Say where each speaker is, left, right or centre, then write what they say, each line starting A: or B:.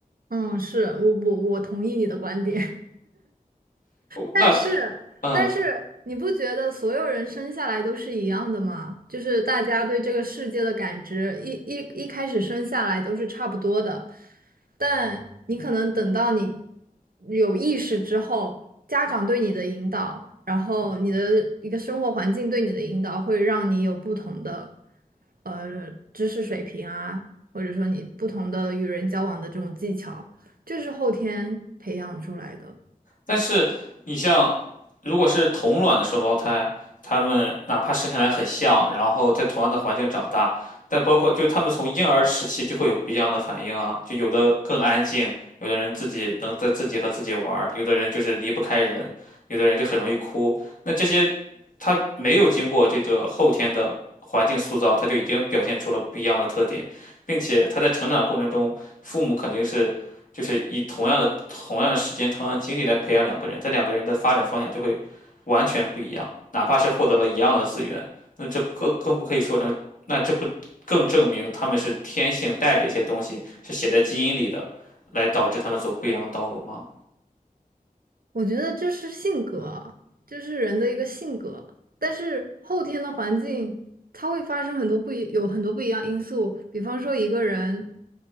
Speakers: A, on the right (about 75°); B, on the left (about 65°).
A: 嗯，是我我我同意你的观点。但是，
B: 那嗯、
A: 但是你不觉得所有人生下来都是一样的吗？就是大家对这个世界的感知，一一一开始生下来都是差不多的，但你可能等到你有意识之后，家长对你的引导，然后你的一个生活环境对你的引导，会让你有不同的呃知识水平啊，或者说你不同的与人交往的这种技巧，这是后天培养出来的。
B: 但是你像，如果是同卵的双胞胎，他们哪怕生下来很像，然后在同样的环境长大，但包括就他们从婴儿时期就会有不一样的反应啊，就有的更安静，有的人自己能在自己和自己玩儿，有的人就是离不开人，有的人就很容易哭。那这些他没有经过这个后天的环境塑造，他就已经表现出了不一样的特点，并且他在成长过程中，父母肯定是。就是以同样的同样的时间、同样的精力来培养两个人，这两个人的发展方向就会完全不一样。哪怕是获得了一样的资源，那这不更更不可以说成，那这不更证明他们是天性带着一些东西，是写在基因里的，来导致他们走不一样的道路吗？
A: 我觉得这是性格啊，这是人的一个性格。但是后天的环境，它会发生很多不一，有很多不一样因素。比方说，一个人，